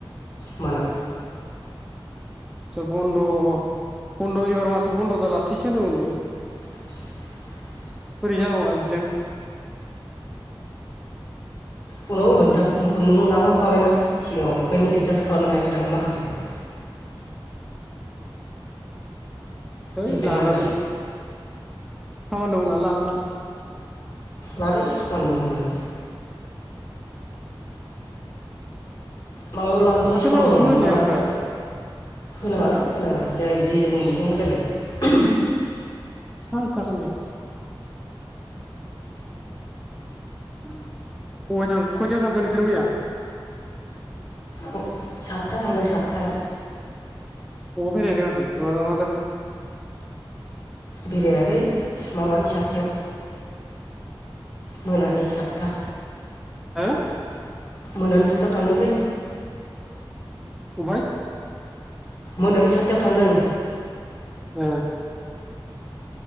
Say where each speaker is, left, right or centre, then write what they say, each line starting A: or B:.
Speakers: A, on the left; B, in the centre.
A: मानो?
B: ज बन्द' बन्द' एबार मासाव बन्द' दालासैसो होनदोंंमोन बियो।
A: <inaudible>
B: बोरै जानांगौना बिदिजों?
A: औ नोंथां नों लांखां खाबायना। सिगाङाव ओंखायनो एडजास्ट खालामनो हायाखैदां माखासेखौ।
B: हैइ
A: बेखायनो
B: लानांगोन
A: आरो
B: खामानि दं होनना लानांगोन।
A: लादों खामानि दं होननानै। माबायाव लानोसै
B: माथो
A: समबाराव
B: लावदबो
A: मोनबा
B: होजाया
A: लानोसै।
B: ओमफ्राय
A: होनाङालै होनाङा जाय जे जों बेजों होलायलाय।
B: औ जागोन दे। बबेयाव थांखो खयथायाव थांखो नोंसोरो मैया?
A: आं सातथा थांदों सातथायाव।
B: अबावबा बेराय हैदों आरो ना मा जाखो?
A: बेरायाखै माबानि सातथायाव मोनानि सातथा।
B: हो
A: मोनानि सातथायाव थांदोंलै।
B: ओमफ्राय
A: मोनानि सातथायाव थांदों।
B: ए